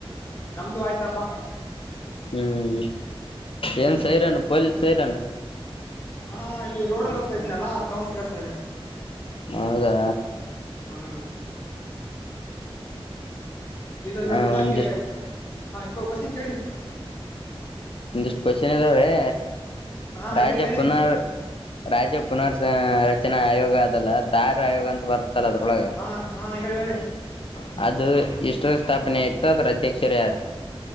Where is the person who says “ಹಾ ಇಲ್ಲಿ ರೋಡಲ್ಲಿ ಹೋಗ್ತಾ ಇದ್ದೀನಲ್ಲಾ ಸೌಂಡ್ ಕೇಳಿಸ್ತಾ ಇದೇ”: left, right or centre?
Left